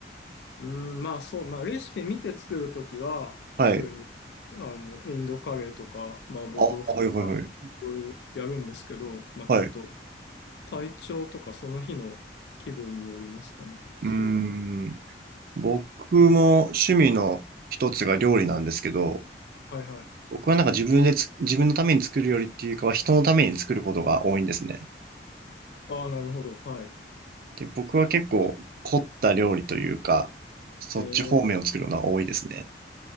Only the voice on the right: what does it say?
はい。
ああ、はいはいはい。
はい。う
ーん。
僕も趣味の一つが料理なんですけど、
僕はなんか自分でつ、自分のために作るよりっていうかは人のために作ることが多いんですね。
で、僕は結構凝った料理というか、そっち方面を作るのが多いですね。